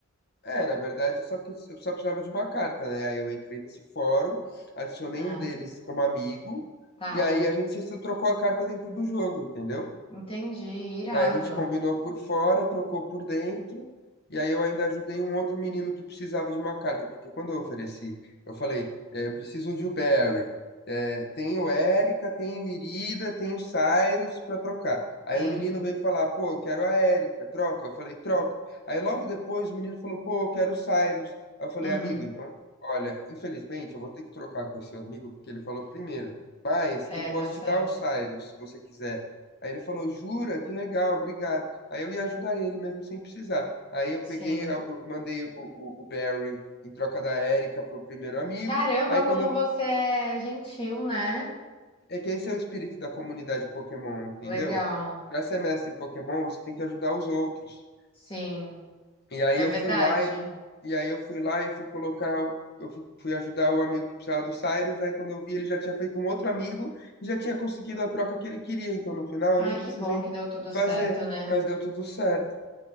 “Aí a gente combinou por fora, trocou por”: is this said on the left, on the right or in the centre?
Left